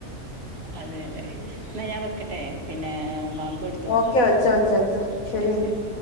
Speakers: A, on the right (about 50°); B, on the left (about 70°).
A: <inaudible> അതെ അതെ ന്നാ ഞാ വെക്കട്ടെ. പിന്നെ.. ബാങ്കെടുത്തു.
B: ഓക്കെ വെച്ചോ വെച്ചോ വെച്ചോ
A: ശെരി,
B: ശരി എങ്കി
A: ശെരി.